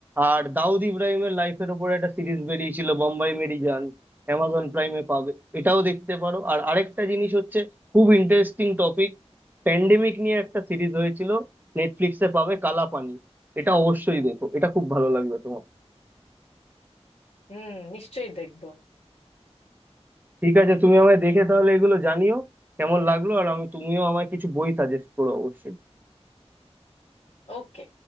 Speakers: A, on the right; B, on the left.
A: আর দাউদ ইব্রাহিমের লাইফের ওপর একটা সিরিজ বেরিয়েছিল বোম্বাই মেরি জান অ্যামাজন প্রাইমে পাবে এটাও দেখতে পারো আর আরেকটা জিনিস হচ্ছে খুব ইন্টারেস্টিং টপিক প্যান্ডেমিক নিয়ে একটা সিরিজ হয়েছিল নেটফ্লিক্সে পাবে কালাপানি এটা অবশ্যই দেখো এটা খুব ভালো লাগবে তোমার
B: হুম নিশ্চয়ই দেখবো
A: ঠিক আছে তুমি আমায় দেখে তাহলে এগুলো জানিও কেমন লাগলো আর আমি তুমিও আমায় কিছু বই সাজেস্ট করো অবশ্যই
B: ওকে